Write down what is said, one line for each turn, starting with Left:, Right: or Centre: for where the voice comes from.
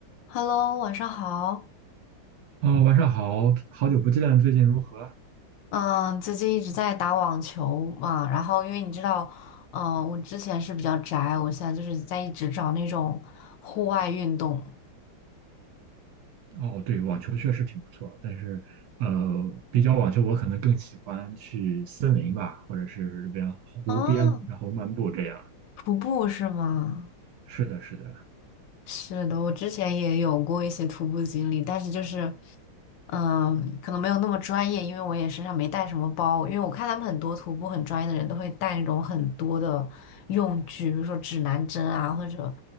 Left: Hello，晚上好。
Right: 哦，晚上好，好久不见，最近如何？
Left: 嗯，最近一直在打网球嘛，然后因为你知道，嗯，我之前是比较宅，我现在就是在一直找那种户外运动。
Right: 哦，对，网球确实挺不错，但是，呃，比较网球，我可能更喜欢去森林吧，或者是这边湖边，
Left: 啊，
Right: 然后漫步这样。
Left: 徒步是吗？
Right: 是的，是的，
Left: 是的，我之前也有过一些徒步经历，但是就是，嗯，可能没有那么专业，因为我也身上没带什么包，因为我看他们很多徒步很专业的人都会带那种很多的用具，比如说指南针啊，或者